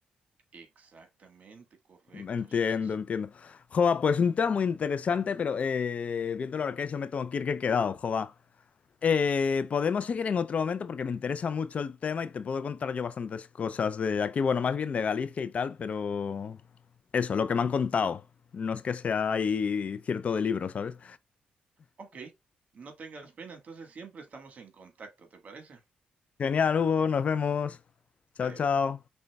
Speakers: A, on the right; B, on the left.
A: exactamente, correcto,
B: Entiendo,
A: sí, sí, sí.
B: entiendo. Jova, pues un tema muy interesante, pero eh, viéndolo ahora que es, yo me tengo que ir que he quedado, jova. Eh, podemos seguir en otro momento porque me interesa mucho el tema y te puedo contar yo bastantes cosas de aquí, bueno, más bien de Galicia y tal, pero eso, lo que me han contado. No es que sea ahí cierto de libro, ¿sabes?
A: Okey, no tengas pena, entonces siempre estamos en contacto, ¿te parece?
B: Genial, Hugo, nos vemos. Chao,
A: Adiós.
B: chao.